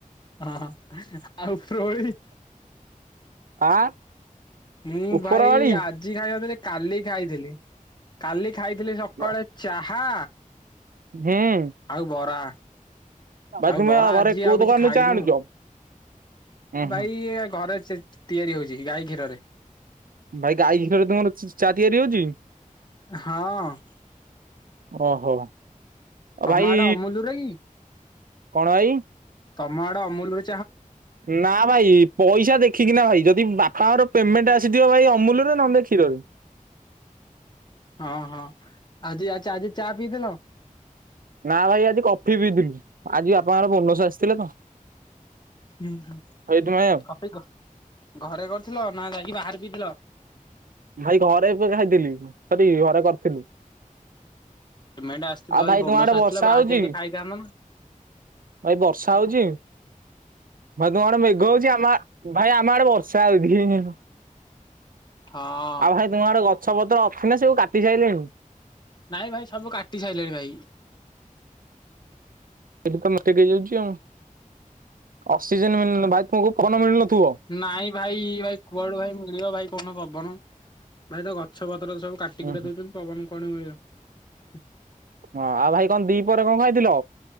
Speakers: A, on the left; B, on the right.
A: ହଁ ହଁ ଆଉ ଓପ୍ରୋଓଳି?
B: ଆ?
A: ମୁଁ
B: ଉପର
A: ଭାଇ
B: ବାଡି
A: ଆଜି ଖାଇନଥିଲି କାଲି ଖାଇଥିଲି କାଲି ଖାଇଥିଲି
B: ହୁଁ
A: ସକାଳେ ଚାହା।
B: <inaudible>
A: ଆଉ ବରା
B: ଭାଇ
A: ଆଉ
B: ତୁମେ
A: ବରା
B: ଘରେ
A: ଆଜି
B: କୋଉ
A: ଆଉ
B: ଦୋକାନରୁ
A: କିଛି ଖାଇନୁ।
B: ଚା ଆଣୁଛ? ଉଁ
A: ଭାଇ
B: ହୁଁ
A: ଘରେ ଚେତ୍ ତିଆରି ହଉଛି ଗାଈ କ୍ଷୀରରେ।
B: ଭାଇ ଗାଈ କ୍ଷୀରରେ ତମର ଚ ଚା ତିଆରି ହଉଛି?
A: ହଁ।
B: ଓହୋ ଆଉ
A: ତମ
B: ଭାଇ
A: ଆଡେ ଅମୁଲୁରେ କି?
B: କଣ ଭାଇ?
A: ତମା ଆଡ ଅମୁଲ ରେ
B: ନା ଭାଇ ପଇସା ଦେଖିକିନା ଭାଇ ଯଦି ବାପାଙ୍କର। ପେମେଣ୍ଟ ଆସିଥିବ ଭାଇ ଅମୁଲରେ ନହେଲେ କ୍ଷୀରରେ।
A: ହଁ ହଁ ଆଜି ଆ ଆଜି ଚା ପିଇଥିଲ?
B: ନା ଭାଇ ଆଜି କଫି ପିଇଥିଲୁ ଆଜି ବାପା ଙ୍କର ବୋନସ ଆସିଥିଲା ତ।
A: ହୁଁ ହୁଁ
B: ସେଇଥିପାଇଁ ଆଉ
A: କଫି ଘ ଘରେ କରିଥିଲ ନା ଯାଇକି ବାହାରି ପିଇଥିଲ।
B: ଭାଇ ଘରେ ଏବେ ଖାଇଥିଲି ସରି ଘରେ କରିଥିଲୁ।
A: ପିମେଣ୍ଟ ଆସିଛି
B: ଆଉ
A: ଯଦି
B: ଭାଇ
A: ବୋନସ୍
B: ତୁମ ଆଡେ
A: ଆସିଥିଲା
B: ବର୍ଷା
A: ବାହାର
B: ହଉଛି
A: ଯାଇ ଟିକେ ଖାଇଥାଆନ୍ତ ନା।
B: ଭାଇ ବର୍ଷା ହଉଛି ଭାଇ ତମ ଆଡେ ମେଘ ହଉଛି ଆମ ଆ ଭାଇ ଆମ ଆଡେ ବର୍ଷା ହଉଛି ହିଁ ହିଁ ହିଁ।
A: ହଁ।
B: ଭାଇ ତୁମ ଆଡେ ଗଛ ପତ୍ର ଅଛି ନା ସବୁ କାଟି ସାଇଲେଣି।
A: ନାଇଁ ଭାଇ ସବୁ କାଟି ସାଇଲେଣି ଭାଇ।
B: <unintelligible> ଅକ୍ସିଜେନ ମିଳୁନଥିବ ଭାଇ ତମକୁ ପବନ ମିଳୁନଥିବ।
A: ନାଇଁ ଭାଇ ଭାଇ କୁଆଡୁ ଭାଇ ମିଳିବ ଭାଇ କହୁନ ପବନ ଭାଇ ତ ଗଛ ପତ୍ର ସବୁ। କାଟିକୁଟା
B: ଉଁ ହୁଁ
A: ଦଉଛନ୍ତି ପବନ କୁଆଡୁ ମିଳିବ।
B: ହଁ ଆଉ ଭାଇ କଁ ଦି ପହରେ କଁ ଖାଇଥିଲ?